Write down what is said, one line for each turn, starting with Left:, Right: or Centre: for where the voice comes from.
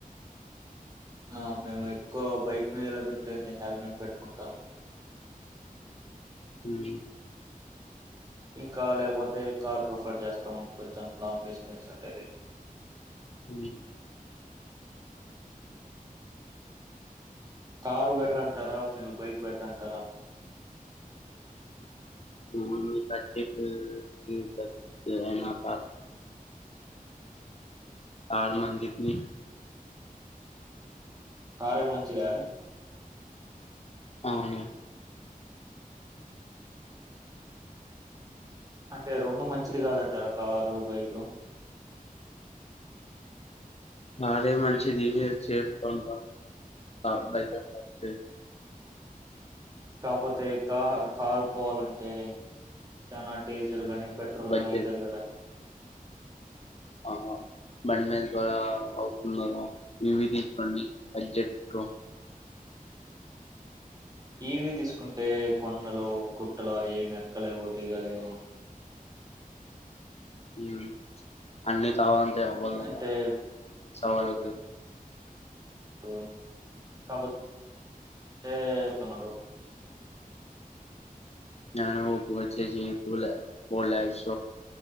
Right: ఆ మేము ఎక్కువ బైక్ మీద వెళ్ళేటప్పుడు ఎన్ని హెల్మెట్ పెట్టుకుంటం
Left: హుమ్
Right: ఇంకా లేకపోతే కార్ ప్రిఫర్ చేస్తాం కొంచెం లాంగ్ డిస్టెన్స్ అంటేనే
Left: మ్
Right: కారు బెటర్ అంట్నరా మీరు బైక్ బెటర్ అంటారా
Left: మ్ మీకు <unintelligible> కార్ కార్ మంచిది
Right: కారే మంచిదా
Left: అవును
Right: అంటే రొండు మంచిది కాదంటారా కారు బైక్
Left: అదే మంచిది వే సేఫ్గ ఉంటాం కార్ <unintelligible>
Right: కాకపోతే కార్ కార్ పోవల్ అంటే చనా డీజిల్ గాని పెట్రోల్గానైతది
Left: బడ్జెట్
Right: కదా
Left: అహా బండి మీద ఆ అవుతుంది కదా ఇవి తీసుకోండి బడ్జెట్ లో
Right: టి వీ తీసుకుంటే కొండలు గుట్టలు అవి ఎవి ఎక్కలేవు దిగలేవు
Left: మ్ అన్ని కావాలంటే అవ్వదు
Right: అంటే
Left: సవాల్
Right: మ్ కాపోతే <inaudible>
Left: ననోకు వచ్చేసి టు ల్ ఫోర్ లక్స్